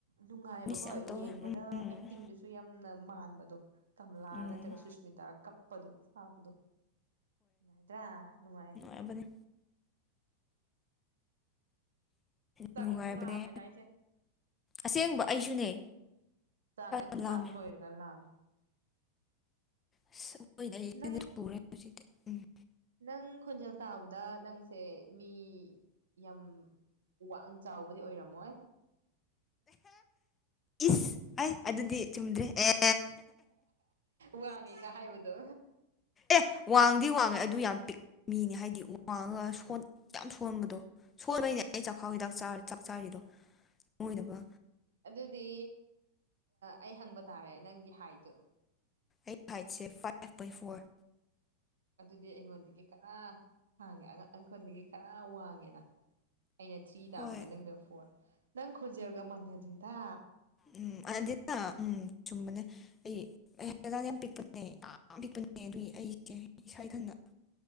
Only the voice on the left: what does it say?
ꯃꯤꯁ ꯌꯥꯝ ꯇꯧꯋꯦ
ꯎꯝ
ꯎꯝ
ꯍꯥꯢꯕꯅꯤ
ꯅꯨꯡꯉꯥꯏꯕꯅꯦ
ꯑꯁꯦꯡꯕ ꯑꯩꯁꯨꯅꯦ
ꯌꯥꯝ
ꯂꯥꯝꯃꯦ
<unintelligible>
ꯍꯧꯖꯤꯛꯇꯤ ꯎꯝ
ꯏꯁ ꯑꯩ ꯑꯗꯨꯗꯤ ꯆꯨꯝꯗ꯭ꯔꯦ ꯑꯦ
ꯑꯦ ꯋꯥꯡꯗꯤ ꯋꯥꯡꯉꯦ ꯑꯗꯨ ꯌꯥꯝ ꯄꯤꯛ ꯃꯤꯅꯤ ꯍꯥꯏꯗꯤ ꯋꯥꯡꯉꯒ ꯌꯥꯝ ꯁꯣꯟꯕꯗꯣ ꯁꯣꯟꯕꯩꯅꯦ ꯑꯩ ꯆꯥꯛꯈꯥꯎ ꯍꯤꯗꯥꯛ ꯆꯥꯛ ꯆꯥꯔꯤꯗꯣ ꯅꯣꯏꯅꯕ
ꯑꯩꯒꯤ ꯍꯥꯏꯠꯁꯦ ꯐꯥꯏꯚ ꯄꯣꯏꯟ ꯐꯣꯔ
ꯍꯣꯏ
ꯎꯝ ꯑꯗꯨꯗ ꯎꯝ ꯆꯨꯝꯕꯅꯦ ꯑꯩ ꯍꯥꯛꯆꯥꯡ ꯌꯥꯝ ꯄꯤꯛꯄꯅꯦ ꯌꯥꯝ ꯄꯤꯛꯄꯅꯦ ꯑꯗꯨꯏ ꯑꯩꯁꯦ ꯏꯁꯥ ꯏꯊꯟꯗ